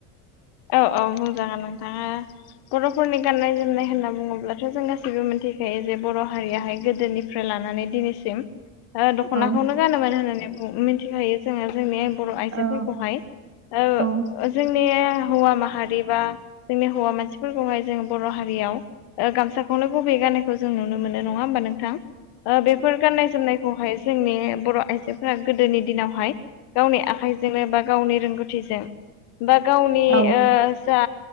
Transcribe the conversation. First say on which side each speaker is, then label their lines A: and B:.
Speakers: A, on the left; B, on the right.
A: औ औ मोजां नोंथाङा बर'फोरनि गाननाय जोमनाय होनना बुङोब्लाथ' जों गासैबो मिथिखायो, जे बर' हारियाहाय गोदोनि निफ्राय लानानै दिनैसिम दख'नाखौनो
B: औ
A: गानोमोन होननानै मिथिखायो जोङो जोंनि बर' आइजोफोरखौहाय,
B: औ
A: ओ
B: औ
A: जोंनि हौवा माहारि बा जोंनि हौवा मानसिफोरखौहाय जों बर' हारियाव ओ गामसाखौनो गुबबै गाननायखौ जों नुनो मोनो। नङा होमबा नोंथां? औ बेफोर गान्नाय जोमनायखौहाय जोंनि बर' आइजोफोरा गोदोनि दिनावहाय गावनि आखाइजोंनो बा गावनि रोंगौथि जों बा गावनि
B: औ
A: ओ जा